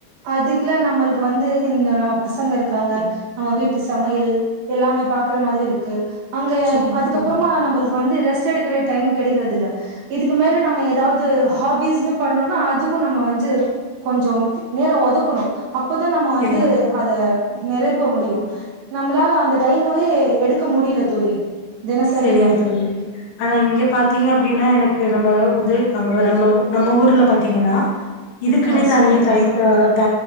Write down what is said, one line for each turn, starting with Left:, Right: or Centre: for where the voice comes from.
Right: அதுகில நம்மளுக்கு வந்து இந்த நம்ம பசங்க இருக்காங்க நம்ம வீட்டு சமையல் எல்லாமே பாக்கற மாதிரி இருக்கு அங்க
Left: சரிங்க
Right: அதுக்கப்புறமா
Left: சரிங்க தோழி
Right: நம்பளுக்கு வந்து ரெஸ்ட் எடுக்கற டைம் கெடைக்கறதில்ல இதுக்கு மேல நம்ம எதாவது ஹாபிஸ்ன்னு பண்ணுன்னா அதுக்கும் நம்ம வந்து கொஞ்சம் நேரம் ஒதுக்கணும் அப்போதா நம்ம
Left: சரிங்க
Right: வந்து
Left: சரி
Right: அத நெறைப்ப முடியும் நம்மளால அந்த டைமவே எடுக்க முடியில தோழி தினசரியில
Left: செரிங்க தோழி ஆனா இங்க பாத்தீங்க அப்டின்னா எனக்கு நம்ம உதய் அங்க நம்ம ஊ நம்ம ஊர்ல பாத்தீங்கன்னா இதுக்குன்னே
Right: ஆ சொல்லுங்க
Left: தனியா
Right: தோழி
Left: டைம் ஆ ட